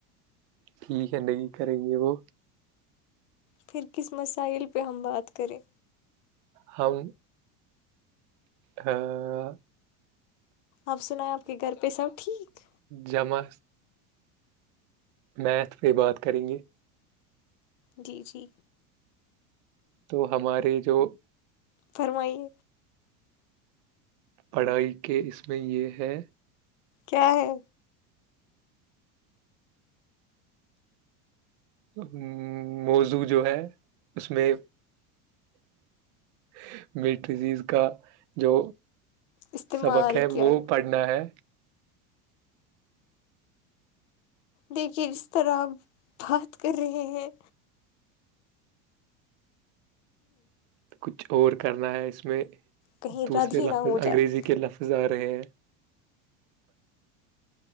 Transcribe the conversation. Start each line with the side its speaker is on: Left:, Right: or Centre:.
Right: ٹھیک ہے نہیں کریں گے وہ
Left: پھر کس مسائل پہ ہم بات کریں
Right: ہم ہاں
Left: آپ سنا ہے آپ کے گھر پہ سب ٹھیک
Right: جمع میتھ پہ بات کریں گے
Left: جی جی
Right: تو ہمارے جو
Left: فرمائیے
Right: پڑھائی کے اس میں یہ ہے
Left: کیا ہے
Right: ہوں موزو جو ہے اس میں <inaudible> میٹھزیز کا جو
Left: استعمال
Right: سبق ہے
Left: کیا
Right: وہ پڑھنا ہے
Left: دیکھیے جس طرح آپ بات کر رہے ہیں
Right: <inaudible>
Left: کہیں رد ہی نہ ہو جائے